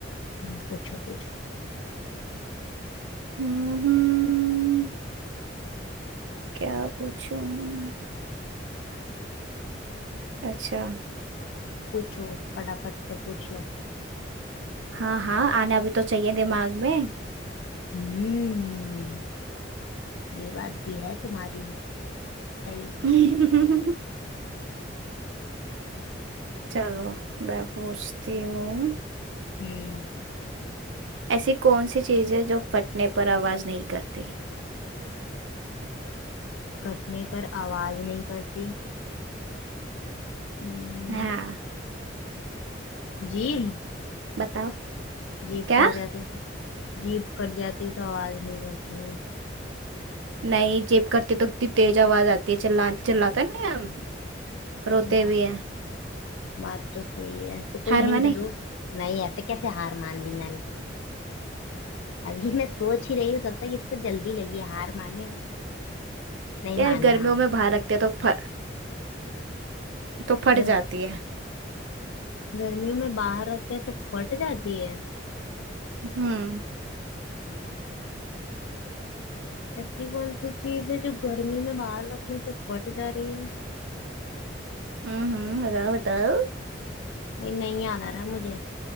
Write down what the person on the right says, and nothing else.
हम्म क्या पूछूं अच्छा
हाँ हाँ आना भी तो चाहिए दिमाग में
<laughs> चलो मैं पूछती हूँ
ऐसी कौन सी चीज है जो फटने पर आवाज नहीं करती
हाँ
बताओ
क्या
नहीं जेब करते तो इतनी तेज आवाज आती है चिल्ला चिल्लाते नहीं हम रोते
भी हैं
हार
माने
यार
गर्मियों
में बाहर रखते हैं तो फ, तो फट
जाती है
हम्म
हम्म हम्म, बताओ बताओ